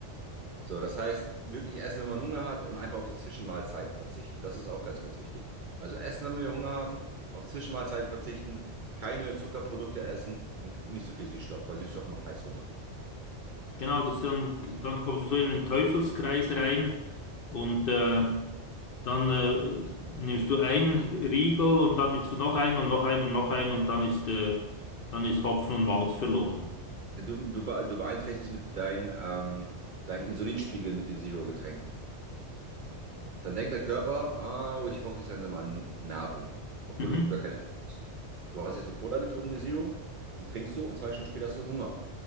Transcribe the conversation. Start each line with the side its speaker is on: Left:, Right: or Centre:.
Right: So, das heißt, wirklich essen, wenn man Hunger hat und einfach auf die Zwischenmahlzeiten verzichten. Das ist auch ganz, ganz wichtig. Also essen, wenn wir Hunger haben, auf Zwischenmahlzeiten verzichten, keine Zuckerprodukte essen und nicht so viel Süßstoff, weil Süßstoff macht Heißhunger.
Left: Genau, das dann, dann kommst du so in den Teufelskreis rein und äh, dann äh, nimmst du einen Riegel und dann willst du noch einen und noch einen und noch einen und dann ist, äh, dann ist Hopfen und Malz verloren.
Right: Du, du, be- du beeinträchtigst mit deinen ähm, deinen Insulinspiegel mit den Zero-Getränken. Dann denkt der Körper, ah, oh, ich brauche jetzt langsam mal Nahrung, obwohl
Left: Mhm.
Right: du gar keine brauchst. Du hast jetzt eine Cola getrunken, eine Zero, die trinkst du und zwei Stunden später hast du Hunger.